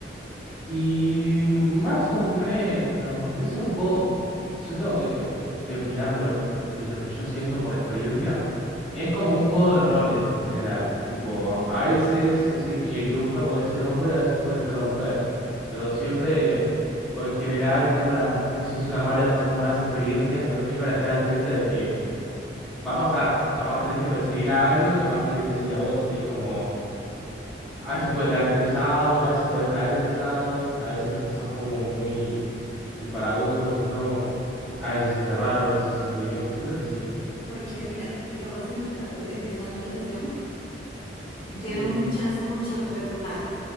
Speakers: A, in the centre; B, on the left.
A: Y más o menos, es un juego, si yo tengo que, eh, eh, que opinar de lo, de lo que yo siento por experiencia, es como un juego de roles en general. Tipo,
B: Ujú.
A: a a veces es el que, el que busca puede ser hombre, a veces puede ser la mujer, pero siempre, o en general, tengo la, no sé si es una mala, son malas experiencias, pero siempre está la experiencia de que va a pasar, capaz tenés que perseguir a alguien o capaz alguien te siga a vos y es como... A veces puede caerte pesado, a veces puedes caer pesado, a veces sos como muy empalagoso, a veces no, a veces se siente raro,
B: Sí.
A: a veces se siente bien, siempre es así.
B: Porque, mira, digamos en el caso de esa relación,
A: Sí.
B: tiene muchas, muchas red flags.